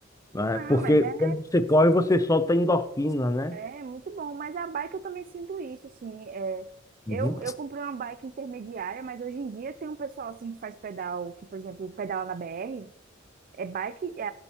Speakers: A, on the left (about 15°); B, on the right (about 40°).
A: né?
B: Não,
A: Porque
B: mas é,
A: quando você corre, você solta endorfina, né?
B: é muito bom. Mas a bike eu também sinto isso, assim. É, eu,
A: Uhum.
B: eu comprei uma bike intermediária, mas hoje em dia tem um pessoal assim que faz pedal, que, por exemplo, pedala na BR. É bike, é,